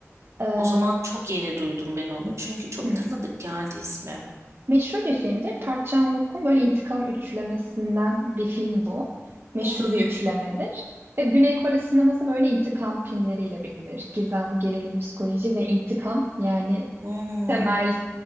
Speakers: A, on the right; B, on the right.
A: Ee,
B: O zaman çok yeni duydum ben onu. Çünkü çok
A: hmm.
B: tanıdık geldi ismi.
A: Meşhur bir filmdir. Park Chan-wook'un böyle intikam üçlemesinden bir film bu. Meşhur
B: Hmm,
A: bir üçlemedir. Ve Güney Kore sineması böyle intikam filmleriyle bilinir. Gizem, gerilim, psikoloji ve intikam yani
B: hmm,
A: temel